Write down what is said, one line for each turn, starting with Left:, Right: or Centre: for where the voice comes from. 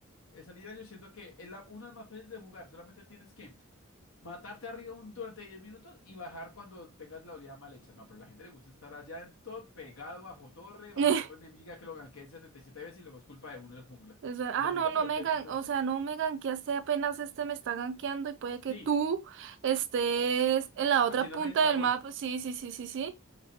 Left: esa línea yo siento que es la, una de las más fáciles de jugar, solamente tienes que Matarte arriba un- durante 10 minutos y bajar cuando tengas la oleada mal hecha. No, pero a la gente le gusta estar allá en todo, pegado bajo torre, bajo
Right: <laughs>
Left: torre enemiga, que lo ganqueen 77 veces y luego es culpa de uno el jungla.
Right: O sea, ah,
Left: Y yo, amigo,
Right: no,
Left: pero
Right: no me
Left: es que
Right: gan,
Left: su merced-
Right: o sea, no me ganqueaste apenas este me está ganqueando y puede que
Left: Sí,
Right: tú estés en la otra
Left: haciéndome
Right: punta
Left: el dragón.
Right: del mapa. Sí, sí, sí, sí, sí.